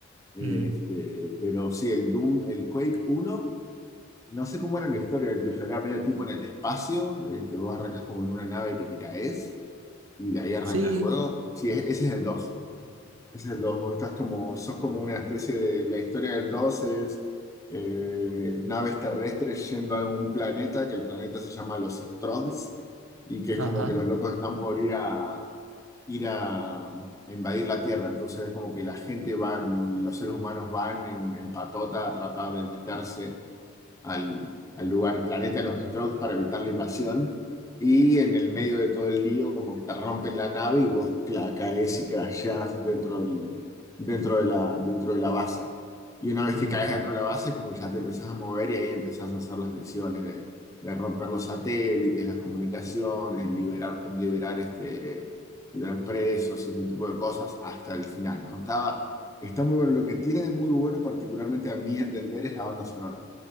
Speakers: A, on the left; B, on the right.
A: Este,
B: Mm,
A: pero sí, el Doom, el Quake uno no sé cómo era la historia del tuyo, era medio tipo en el espacio, el que vos arrancas como en una nave que te caes. y de ahí arranca
B: Sí,
A: el Mm. juego. Sí, e- ese es el dos Ese es el dos Vos estás como, sos como una especie de, la historia del 2 es eh, naves terrestres yendo a un planeta, que el planeta se llama los Strogs, y que es
B: ajá.
A: como que los locos están por ir a, ir a, a invadir la Tierra. Entonces es como que la gente va, los seres humanos van en, en patota a tratar de meterse al, al lugar, el planeta de los Strokes para evitar la invasión. Y en el medio de todo el lío, como que te rompen la nave y vos cla- caes y crashás dentro del, dentro de la, dentro de la base. Y una vez
B: mm,
A: que caes dentro de la base, como ya te empezás a mover y ahí empezás a hacer las misiones de, de romper los satélites, las comunicaciones, liberar, liberar, este, liberar presos y ese tipo de cosas hasta el final, ¿no? Estaba, está muy bueno. Lo que tiene de muy bueno, particularmente a mi entender, es la banda sonora